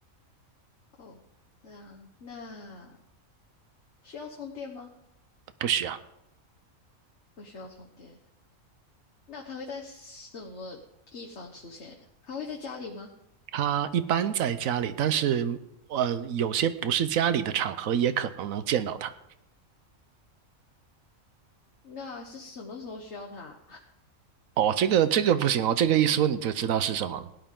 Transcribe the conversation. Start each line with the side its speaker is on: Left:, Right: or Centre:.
Left: 哦，这样，那需要充电吗？
Right: 不需要。
Left: 不需要充电。那它会在什么地方出现？它会在家里吗？
Right: 他一般在家里，但是呃，有些不是家里的场合也可能能见到他。
Left: 那是什么时候需要它？
Right: 哦，这个这个不行哦，这个一说你就知道是什么了。